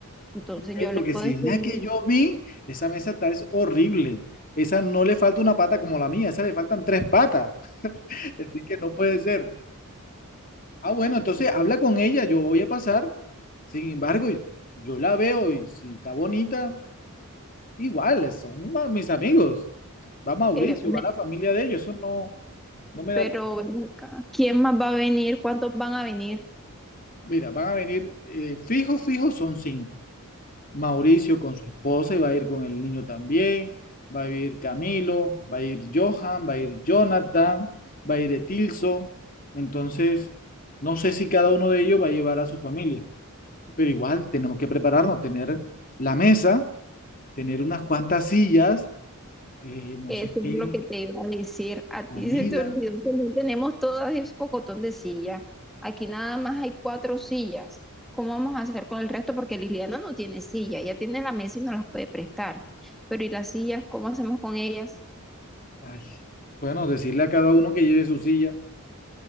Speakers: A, in the centre; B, on the left.
A: Entonces
B: ok,
A: yo
B: porque
A: le puedo
B: si
A: escribir.
B: la que yo vi, esa mesa está es horrible. Esa no le falta una pata como la mía, esa le faltan tres patas. <laughs> Así que no puede ser. Ah, bueno, entonces habla con ella, yo voy a pasar. Sin embargo, yo la veo y si está bonita, igual, son ma- mis amigos. Va Mauricio,
A: eh,
B: va la familia de ellos, eso no, no me
A: Pero
B: da. pe-
A: ven acá, ¿quién más va a venir? ¿Cuántos van a venir?
B: Mira, van a venir, eh, fijo, fijo, son cinco. Mauricio con su esposa y va a ir con el niño también, va a ir Camilo, va a ir Johan, va a ir Jonathan, va a ir Etilso. Entonces, no sé si cada uno de ellos va a llevar a su familia, pero igual tenemos que prepararnos, tener la mesa, tener unas cuantas sillas, eh, no
A: Eso
B: sé qué,
A: es lo que te iba a decir. A ti
B: comida.
A: se te olvidó que no tenemos todo ese pocotón de sillas. Aquí nada más hay cuatro sillas. ¿Cómo vamos a hacer con el resto? Porque Liliana no tiene silla, ella tiene la mesa y no las puede prestar. Pero ¿y las sillas? ¿Cómo hacemos con ellas?
B: Ay, Bueno, decirle a cada uno que lleve su silla.